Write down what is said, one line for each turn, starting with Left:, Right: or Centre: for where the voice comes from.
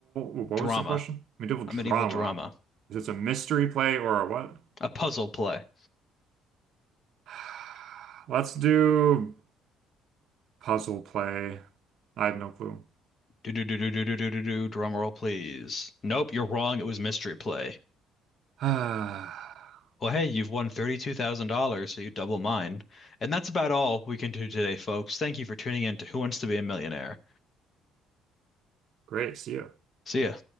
Right: ooh, what
Left: Drama.
Right: was the question? Medieval
Left: A
Right: drama.
Left: medieval drama.
Right: Is it a mystery play or a what?
Left: A puzzle play.
Right: <sighs> Let's do puzzle play. I have no clue.
Left: Do do do do do do do do do. Drum roll, please. Nope, you're wrong. It was mystery play.
Right: <sighs>
Left: Well, hey, you've won $32,000, so you double mine. And that's about all we can do today, folks. Thank you for tuning in to Who Wants to Be a Millionaire.
Right: Great, see ya.
Left: See ya.